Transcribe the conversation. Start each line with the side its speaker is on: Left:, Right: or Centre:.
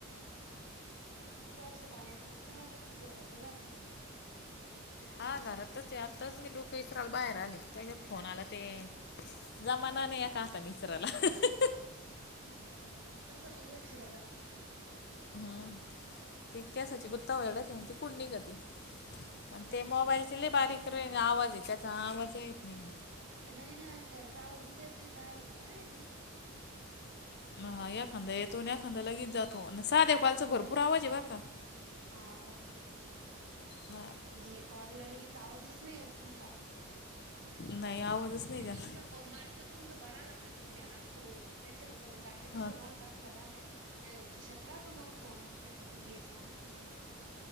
Right: पावसा पाण्याचं मग काय आता घरातच असल. <unintelligible>
Left: हा घरातच ते आत्ताच मी डोक इचराल बाहेर आले त्याच्यात फोन आला ते जमाना नाही एक हातानी इचाराला. <inaudible>
Right: ह का -कस मग दशिक घेता.
Left: हम्म. ती केसाची
Right: <unintelligible>
Left: गुत्ता वगैरे ती मग ती कुड निघती आणि ते मोबाईलचे
Right: हा <unintelligible>
Left: <unintelligible> आवाज आहे त्याचा आवाज येत नाही.
Right: नाही ना खरंच आवाज येत नाही काय होतं काय माहीती.
Left: ह हा एखांदा येतो आणि एखांदा लगेच जातो आणि सार्या कॉलचा भरपूर आवाज आहे बर का.
Right: हा का
Left: हा
Right: या कॉलला आवाजच नाही येत. तुमचा
Left: नाही
Right: -ते
Left: आवाजच नाही त्याला
Right: तुमच मला पण तुमचा कॉल आला का हातात घ्या लागतो नाहीतर पण बाकी दुसरं
Left: हा
Right: कोण <unintelligible> खिशात राहतो मग फोन ते हातात घ्यायचं कामच नाही पडत.